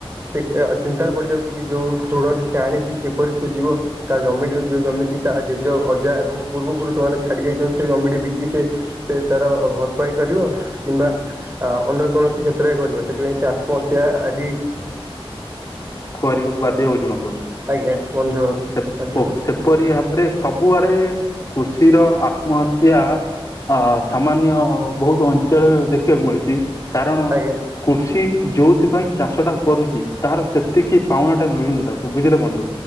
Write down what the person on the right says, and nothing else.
ଚିନ୍ତାରେ ପଡିଯାଉଛି କି ଯୋଉ ଋଣଟି ସେ ଆଣିଛି କିପରି ସୁଝିବ। ତା ଜମିଟି ଯୋଉ ଜମିତି ତା ଜେଜ ଅଜା ଏବଂ ପୂର୍ବ ପୁରୁଷ ମାନେ ଛାଡି ଯାଇଛନ୍ତି ସେ ଜମିଟି ବିକି ସେ ସେ ତାର ଭରପାଇ କରିବ କିମ୍ବା ଅ ଅନ୍ୟ କୌଣସି କ୍ଷେତ୍ରରେ କରିବା ସେଥିପାଇଁ ସେ ଆତ୍ମହତ୍ୟା ଆଜି
ଆଜ୍ଞା ବନ୍ଧୁ
ବାଧ୍ୟ
ହଉଛି
ଆଜ୍ଞା